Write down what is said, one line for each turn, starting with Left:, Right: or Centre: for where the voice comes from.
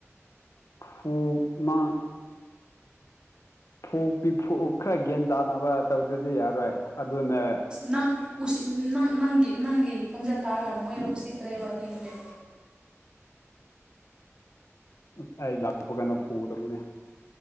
Left: ꯍꯣ ꯃꯥ ꯐꯨꯄꯤ ꯐꯨ ꯈꯔ ꯒ꯭ꯌꯥꯟ ꯇꯥꯅꯕ ꯇꯧꯗꯨꯗꯤ ꯌꯥꯔꯣꯏ ꯑꯗꯨꯅ
Right: ꯅꯪ ꯎꯁꯤ ꯅꯪ ꯅꯪꯒꯤ ꯅꯪꯒꯤ ꯈꯣꯟꯝꯖꯦꯜ ꯇꯥꯔꯒ ꯃꯣꯏꯔ ꯎꯁꯤꯠꯇ꯭ꯔꯦꯕ ꯑꯗꯨꯒꯤꯅꯦ
Left: ꯑ ꯑꯩ ꯂꯥꯛꯄ ꯀꯥꯟꯗ ꯐꯨꯒꯗꯕꯅꯦ